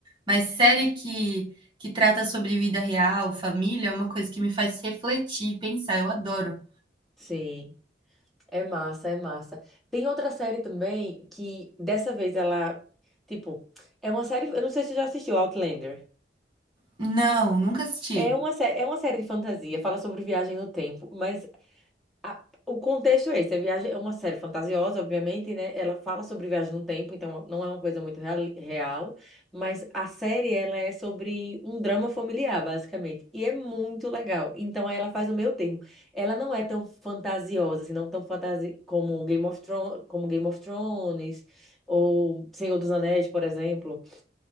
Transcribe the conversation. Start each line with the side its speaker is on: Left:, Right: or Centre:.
Right: mas série que, que trata sobre vida real, família, é uma coisa que me faz refletir, pensar. Eu adoro.
Centre: Sim, é massa, é massa. Tem outra série também que dessa vez ela, tipo, é uma série, eu não sei se você já assistiu Outlander.
Right: Não, nunca assisti.
Centre: É uma, sé- é uma série de fantasia, fala sobre viagem no tempo, mas a- o contexto é esse, a viagem é uma série fantasiosa, obviamente, né? Ela fala sobre viagem no tempo, então não é uma coisa muito real, real, mas a série ela é sobre um drama familiar, basicamente, e é muito legal. Então aí ela faz o meio termo. Ela não é tão fantasiosa, assim, não tão fantasi como Game of Thrones, como Game of Thrones ou Senhor dos Anéis, por exemplo.